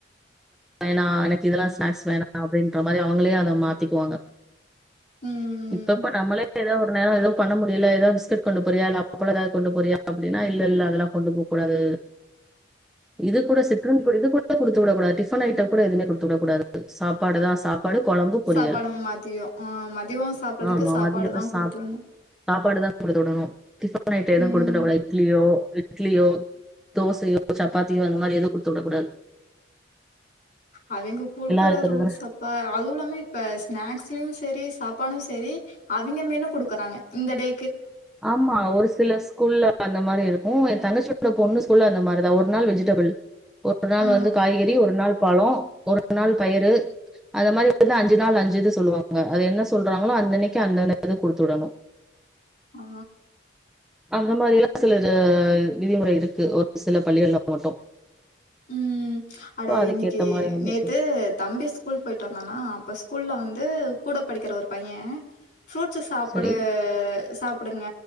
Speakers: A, in the centre; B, on the left.
A: வேணா எனக்கு இதெல்லா ஸ்நேக்ஸ் வேணா அப்டின் ன்ற மாரி அவங்களே அத மாத்திக்குவாங்க
B: ம்.
A: இப்பப்ப நம்மளே ஏதா ஒரு நேரோ எது பண்ண முடியல ஏதாவது பிஸ்கட் கொண்டு போறாய இல்ல அப்பளோ ஏதாது கொண்டு போறாயா அப்டின்னா இல்ல இல்ல அதெல்லா கொண்டு போ கூடாது இது கூட சிற்றுண்டி கூட இது கூட குடுத்து விடக்கடது டிஃபன் ஐட்டம் கூட எவுமே குடுத்து விடக்கூடாது சாப்பாடு தா ஸ் ப்பாடு கொழம்பு பொரியல்
B: சாப்பாடும் மதியம். ஆ மதியம் சாப்பிட்றதுக்கு
A: ஆமா
B: சாப்பாடு
A: மத்தியத்தை
B: தான்
A: சாப்
B: குடுத்து விடணும்.
A: சாப்பாடு குடுத்து விடணு டிபன் ஐட்டம் எதுமே
B: ம்.
A: குடுத்து விடக்கூடாது இட்லியோ இட்லியோ தோசையோ சப்பாத்தியோ அந்த மாரி எதுவு குடுத்து விடக்க கூடாது
B: அவிங்க குடுக்குற
A: இருக்கிறது
B: ரூல்ஸ்ஸப்பா அதுவு இல்லாம இப்ப ஸ்நாக்ஸ்லயு சரி சாப்பாடு சரி அவிங்க மெனு குடுக்குறாங்க இந்த டே
A: ஆமா ஒரு சில ஸ்கூல்ல அந்த மாரி இருக்கு ஏ தங்கச்சி ட பொண்ணு சொல்ல அந்த மாரிதா ஒரு நாள் வெஜிடபிள் ஒரு நாள்
B: ஆ
A: வந்து காய்கறி ஒரு நாள் பலோ ஒரு நாள் பயரு அந்த மாரி எ அஞ்சு நாள் அஞ்சுது சொல்லுவாங்க அது என்ன சொல்றாங்களோ அந்தன்க்கு அந்தந்தது குடுத்துடணு
B: ஆ
A: அந்த மாதிரில்லா சிலர் விதிமுறை இருக்கு ஒரு சில பள்ளிகள்ல மட்டு
B: ம் அட
A: அதுக்கேத்த
B: இன்னைக்கு
A: மாதிரி வந்து
B: நேத்து தம்பி ஸ்கூல் போய்ட்டு வந்தானா அப்பஸ் ஸ்கூல்ல வந்து கூட படிக்கிற ஒரு பைய ஃப்ரூட்ஸ்சு சாப்புடு
A: சரி
B: சா ப்புடுங்க